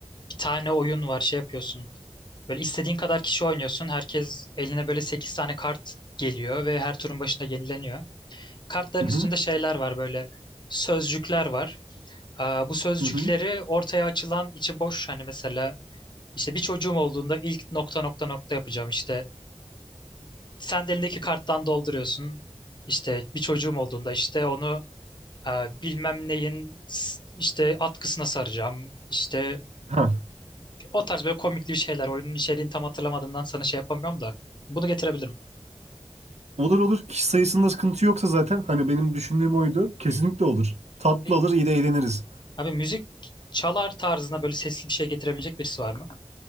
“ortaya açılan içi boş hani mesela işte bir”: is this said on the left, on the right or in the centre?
Left